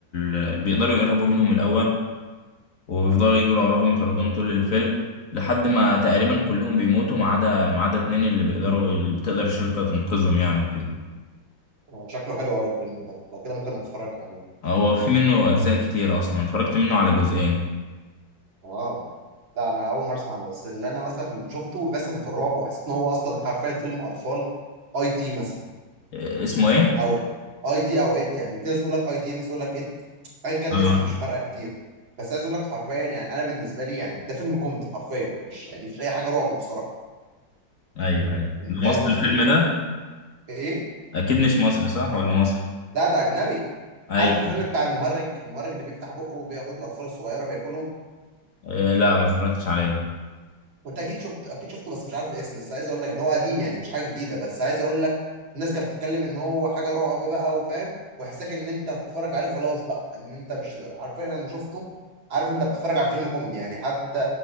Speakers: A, on the left (about 45°); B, on the right (about 80°).
A: ال... بيقدروا يقربوا منهم الأول ويفضلوا يجروا وراهم يطاردوهم طول الفيلم لحد ما تقريبا كلهم بيموتوا ما عدا ما عدا اتنين اللي بيقدروا اللي بتقدر الشرطة تنقذهم يعني وكده
B: آه. شكله حلو قوي الفيلم ده لو كده ممكن اتفرج عليه
A: هو في منه أجزاء كتير أصلا اتفرجت منه على جزئين
B: اه لا انا اول مره اسمع عنه بس اللي انا مثلا شفته مثلا في الرعب وحسيت ان هو اصلا حرفيا فيلم اطفال اي تي مثلا
A: آه، اسمه ايه؟
B: او اي تي او ات يعني في ناس تقول لك اي تي ناس تقول لك ات ايا كان
A: اه
B: الاسم مش فارقه كتير بس عايز اقول لك حرفيا يعني انا بالنسبه لي يعني ده فيلم كوميدي حرفيا مش يعني مش اي حاجه رعب بصراحه
A: ايوه ايوه
B: يعني
A: ده
B: فاهم
A: مصر
B: قصدي
A: الفيلم
B: يعني
A: ده
B: ايه
A: اكيد مش مصري صح ولا مصر؟
B: لا ده اجنبي
A: ايوه
B: عارف الفيلم بتاع المهرج المهرج اللي بيفتح بقه وبياخد الاطفال الصغيره بياكلهم
A: آه لا ما اتفرجتش عليه
B: وانت اكيد شفت اكيد شفته بس مش عارف الاسم بس عايز اقول لك ان هو قديم يعني مش حاجه جديده بس عايز اقول لك الناس كانت بتتكلم ان هو حاجه رعب بقى وفاهم وحساك ان انت بتتفرج عليه خلاص بقى ان انت مش عارفين انا شفته عارف انت بتتفرج على فيلم كوميدي يعني حتى